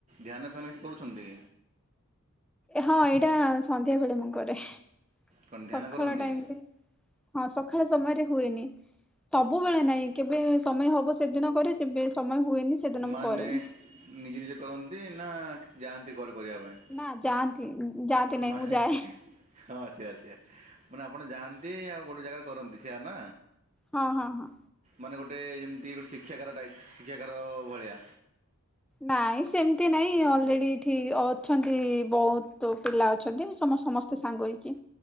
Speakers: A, on the right; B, in the centre.
A: ଧ୍ୟାନ ଫାନ କିଛି କରୁଛନ୍ତି?
B: ହଁ ଏଇଟା ସନ୍ଧ୍ୟା ବେଳେ ମୁଁ କରେ
A: କ'ଣ
B: ସକାଳ
A: ଧ୍ୟାନ କରନ୍ତି
B: ଟାଇମରେ ହଁ ସକାଳ ସମୟରେ ହୁଏନି ସବୁବେଳେ ନାଇଁ କେବେ ସମୟ ହବ ସେଦିନ କରେ ଯେବେ ସମୟ ହୁଏନି ସେଦିନ ମୁଁ
A: ମାନେ
B: କରେନି।
A: ନିଜେ ନିଜେ କରନ୍ତି ନା ଯାଆନ୍ତି କୁଆଡ଼େ କରିବା ପାଇଁ?
B: ନା ଯାଆନ୍ତି ଯାଆନ୍ତି ନାହିଁ
A: ମାନେ
B: ମୁଁ ଯାଏ।
A: ହଁ ସେୟା ସେୟା ମାନେ ଆପଣ ଯାଆନ୍ତି ଆଉ ଗୋଟେ ଜାଗାରେ କରନ୍ତି ସେୟା ନା।
B: ହଁ ହଁ ହଁ।
A: ମାନେ ଗୋଟେ ଯେମିତି ଗୋଟେ ଶିକ୍ଷାକାର ଶିକ୍ଷାକାର ଭଳିଆ।
B: ନାଇଁ ସେମିତି ନାଇଁ ଅଲରେଡି ଏଠି ଅଛନ୍ତି ବହୁତ ପିଲା ଅଛନ୍ତି ସମ ସମସ୍ତେ ତ ସାଙ୍ଗ ହେଇକି